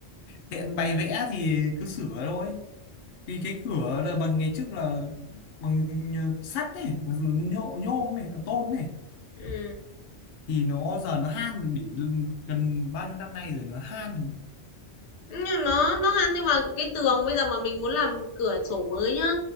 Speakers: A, on the left (about 60°); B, on the left (about 85°).
A: tiện bày vẽ thì cứ sửa thôi vì cái cửa là bằng ngày trước là bằng nhờ- sắt ấy bằng nhôm nhôm này tôn này
B: ừ.
A: thì nó giờ nó han để gần bao nhiêu năm nay rồi nó han
B: nhưng nó nó hăn nhưng mà cái tường bây giờ mà mình muốn làm cửa sổ mới nhá